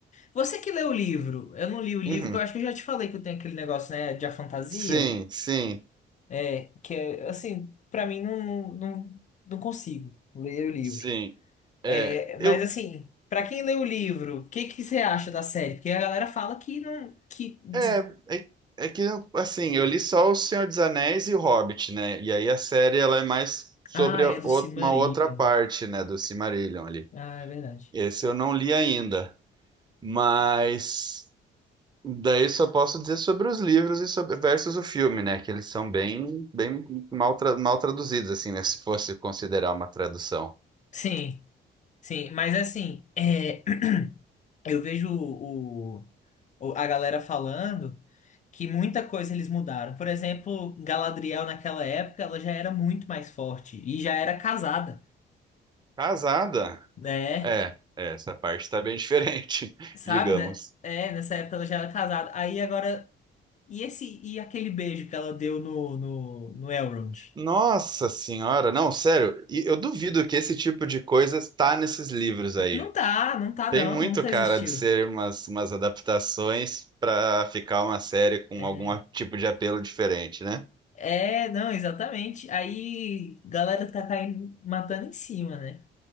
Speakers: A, on the left; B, on the right.
A: Você que leu o livro, eu não li o livro,
B: Uhum.
A: que eu acho que eu já te falei que eu tenho aquele negócio, né, de a fantasia,
B: Sim, sim,
A: é, que é, assim, pra mim não, não, não, não consigo ler o livro.
B: sim. É,
A: É, mas
B: eu,
A: assim, pra quem lê o livro, o que que você acha da série? Porque a galera fala que não, que des-
B: É, é, é que, assim, eu li só O Senhor dos Anéis e o Hobbit, né? E aí a série, ela é mais sobre
A: ah,
B: a
A: é do
B: out-
A: Silmarillion.
B: uma outra parte, né, do Silmarillion ali.
A: Ah, é verdade.
B: Esse eu não li ainda, mas daí só posso dizer sobre os livros e sobre versus o filme, né? Que eles são bem, bem mal, tra- mal traduzidos, assim, né? <laughs> Se fosse considerar uma tradução.
A: Sim, sim, mas assim, é, eu vejo o, o- a galera falando que muita coisa eles mudaram. Por exemplo, Galadriel naquela época, ela já era muito mais forte e já era casada,
B: Casada?
A: né?
B: É, é, essa parte tá bem diferente, <laughs>
A: Sabe,
B: digamos.
A: né? É, nessa época ela já era casada. Aí agora, e esse e aquele beijo que ela deu no no, no Elrond?
B: Nossa senhora, não, sério, e eu duvido que esse tipo de coisa está nesses livros aí.
A: Não tá, não tá
B: Tem
A: não,
B: muito
A: nunca
B: cara
A: existiu.
B: de ser umas, umas adaptações para ficar uma série com
A: É,
B: algum a- tipo de apelo diferente, né?
A: é, não, exatamente. Aí galera tá caindo, matando em cima, né?